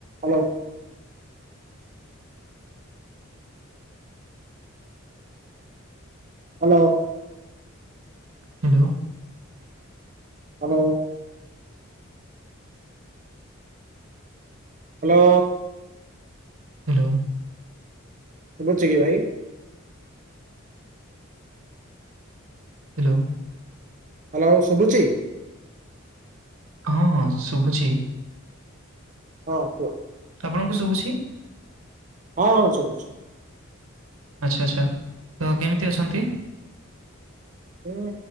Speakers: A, on the right; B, on the right.
A: Hello. Hello.
B: Hello.
A: Hello. Hello.
B: Hello.
A: ଶୁଭୁଛି କି ଭାଇ?
B: ହାଲୋ।
A: ହାଲୋ ଶୁଭୁଛି।
B: ହଁ, ହଁ ଶୁଭୁଛି।
A: ହଁ କୁହ।
B: ଆପଣଙ୍କୁ ଶବୁଛି?
A: ହଁ ହଁ ସବୁଛି।
B: ଆଚ୍ଛା, ଆଚ୍ଛା ତ କେମିତି ଅଛନ୍ତି?
A: ହୁଁ,